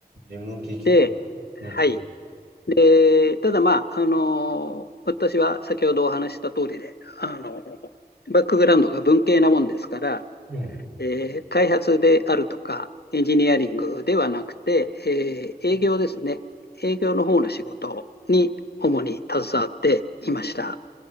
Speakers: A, on the right; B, on the left.
A: 務機器の。
B: で、はい、
A: うん。
B: えーただまあ、あのー私は先ほどお話しした通りで、あのーバックグラウンドが文系なもんですから、
A: うん。
B: えー開発であるとか、エンジニアリングではなくて、えー営業ですね。営業の方の仕事に主に携わっていました。